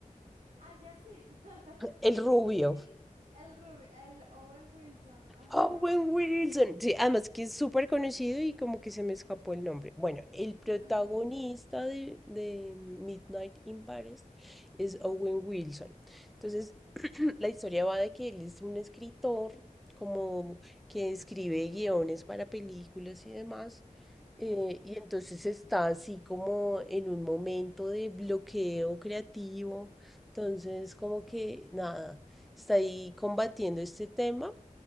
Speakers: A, on the right (about 60°); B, in the centre.
A: Ah, ya sí. <laughs>
B: El rubio.
A: Sí, sí. El Rubi- el Owen Wilson. Ajá.
B: Owen Wilson. Sí, además que es súper conocido y como que se me escapó el nombre. Bueno, el protagonista
A: Ajá,
B: de, de Midnight in Paris es
A: ajá,
B: Owen Wilson. Entonces, <clears throat> la historia va de que él es un escritor, como que escribe guiones para películas y demás.
A: ajá,
B: Eh, y entonces está así como en un momento de bloqueo creativo. Entonces, como que nada, está ahí combatiendo este tema